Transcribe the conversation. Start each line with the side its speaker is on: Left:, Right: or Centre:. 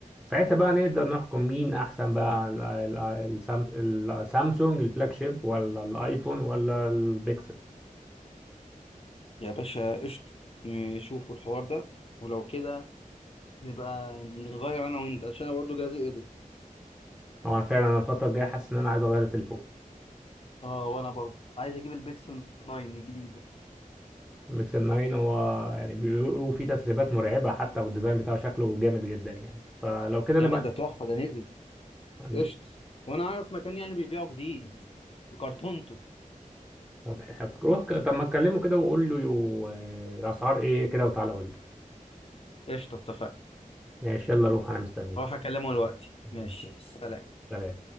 Centre: ساعتها بقى نقدر نحكم مين احسن بقى ال- ال- السام- السامسونج الفلاج شيب ولا الايفون ولا البيكسل
Left: يا باشا قشطة نشوفوا الحوار ده ولو كده نبقى نغير انا وانت عشان انا برضه جاهز ايديت
Centre: هو انا فعلا أنا الفتره الجايه حاسس ان انا عايز اغير التليفون
Left: اه وانا برضه عايز اجيب البيكسل 9 الجديد ده
Centre: البيكسل 9 هو يعني بيقولوا فيه تسريبات مرعبه حتى والديزاين بتاعه شكله جامد جدا يعني فلو كده
Left: جامد
Centre: نبقى
Left: ده تحفة ده نزل
Centre: نشوف
Left: قشطة وانا عارف مكان يعني بيبيعه جديد بكرتونته
Centre: طب ح- روح ك- طب ما تكلمه كده وقول له يو- آه، الاسعار ايه كده وتعالى قول لي
Left: قشطة اتفقنا
Centre: ماشي يلا روح انا مستنيك
Left: هروح اكلمه دلوقتي
Centre: ماشي.
Left: ماشي سلام
Centre: سلام